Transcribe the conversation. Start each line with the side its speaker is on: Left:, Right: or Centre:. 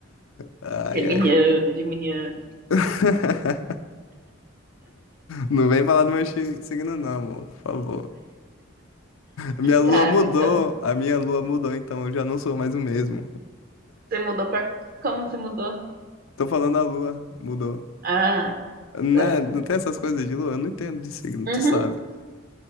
Left: Ai,
Right: Geminiano,
Left: ai.
Right: geminiano.
Left: <laughs> Não vem falar do meu chi- signo, não, amor, por favor. A minha lua
Right: Tá,
Left: mudou,
Right: então,
Left: a minha lua mudou, então eu já não sou mais o mesmo.
Right: você mudou pra... Como você mudou?
Left: Tô falando a lua, mudou.
Right: Ah,
Left: Né?
Right: tá.
Left: Não tem essas coisas de lua? Eu não entendo de signo,
Right: Uhum,
Left: tu sabe.